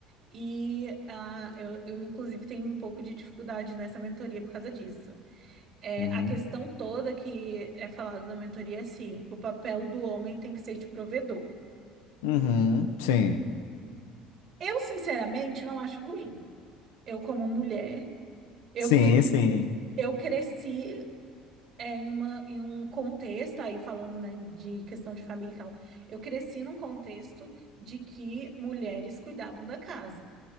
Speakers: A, on the right; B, on the left.
A: E ah, eu, eu, inclusive, tenho um pouco de dificuldade nessa mentoria por causa disso. É,
B: Uhum.
A: a questão toda que é falada na mentoria é assim: o papel do homem tem que ser de provedor.
B: Uhum. Sim.
A: Eu, sinceramente, não acho ruim. Eu, como mulher, eu
B: Sim,
A: fui,
B: sim.
A: eu cresci é, em uma, em um contexto, aí falando, né, de questão de família e tal, eu cresci num contexto de que mulheres cuidavam da casa